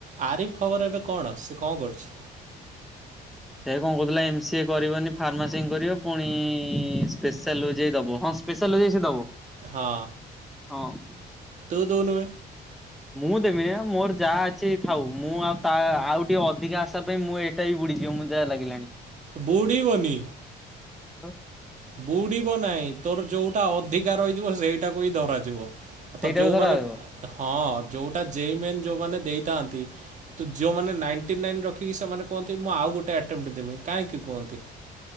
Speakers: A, on the right; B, in the centre.
A: ଆରିଫ ଖବର ଏବେ କଣ ସେ କଣ କରୁଛି।
B: ସେ କଣ କହୁଥିଲା ଏମ ସଏ କରିବନି ଫାର୍ମାସି କରିବ ପୁଣି ସ୍ପେଶାଲାଇ ଦବ ହଁ ସ୍ପେଶାଲାଇ ସି ଦବ।
A: ହଁ।
B: ହଁ।
A: ତ ଦନୁ।
B: ମୁଁ ଦେମିନି ମୋର ଯାହା ଅଛି। ଥାଉ ମୁଁ ଆଉ ତା ଆଉ ଟିକେ ଅଧିକ ଆଶା ପାଇଁ ମୁଁ ଏଇଟା ବି ବୁଡିଯିବ ମୁଁ ଯାହା ଲାଗିଲାଣି।
A: ବୁଡ଼ିିବନି।
B: ହ୍ୟାଲୋ
A: ବୁଡିବ ନାହିଁ ତୋର ଯୋଉଟା ଅଧିକା ରହିଥିବ ସେଇଟାକୁ ହିଁ ଧରାଯିବ
B: ସେଇଟା
A: ତ ଯୋଉମାନେ
B: ବି ଧରା ହବ
A: ହଁ ଯୋଉଟା ଜମେ ଯୋଉମାନେ ଦେଇଥାନ୍ତି। ଯୋଉମାନେ ରିକି ସେମାନେ କୁହନ୍ତି। ମୁଁ ଆଉ ଗୋଟେ ଦେମି କାହିଁକି କୁହନ୍ତି